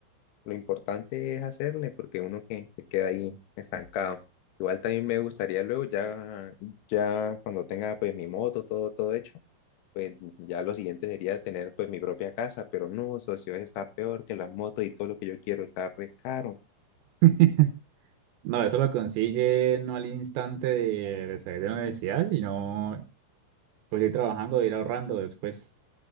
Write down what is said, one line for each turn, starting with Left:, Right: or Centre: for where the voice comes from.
Left: Lo importante es hacerle porque uno que, que queda ahí estancado. Igual también me gustaría luego ya, ya cuando tenga pues mi moto, todo, todo hecho, pues ya lo siguiente sería tener pues mi propia casa, pero no, socio, eso está peor que las motos y todo lo que yo quiero está re caro.
Right: <laughs> No, eso lo consigue no al instante de, de salir de la universidad, sino Pues ir trabajando, ir ahorrando después,